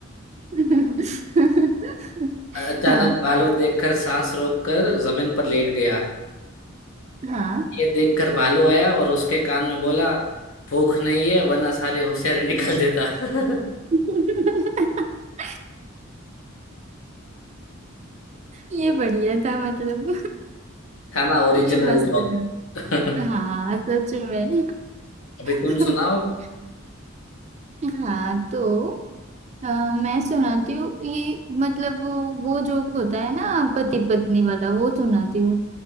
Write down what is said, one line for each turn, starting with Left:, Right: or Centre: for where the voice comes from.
Right: <laughs>
Left: अचानक
Right: हाँ
Left: भालू देखकर सांस रोककर जमीन पर लेट गया
Right: हाँ
Left: ये देखकर भालू आया और उसके कान में बोला भूख नहीं है वरना सारी होशियारी निकाल देता <laughs>
Right: <laughs> ये बढ़िया था मतलब
Left: था ना ओरिजिनल
Right: <laughs> ये मस्त
Left: जोक <laughs>
Right: था हाँ सच में
Left: अभी तुम
Right: <laughs>
Left: सुनाओ
Right: हाँ तो अ, मैं सुनाती हूँ ये मतलब वो वो जोक होता है ना पति पत्नी वाला वो सुनाती हूँ